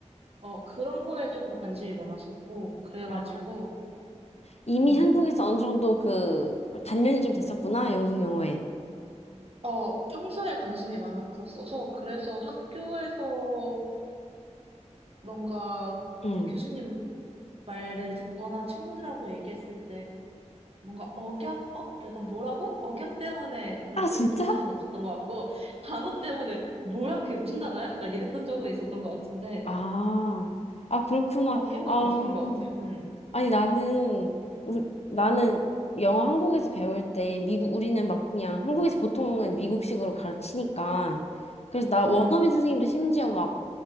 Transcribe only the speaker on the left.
아, 이미
한국에서 어느 정도 그, 단련이 좀 됐었구나, 영국 영어에.
응.
아,
진짜?
아, 아, 그렇구나.
아,
음.
아니, 나는, 우, 나는
영어 한국에서 배울 때, 미국, 우리는 막 그냥 한국에서 보통은 미국식으로 가르치니까. 그래서 나 원어민
선생님도 심지어 막,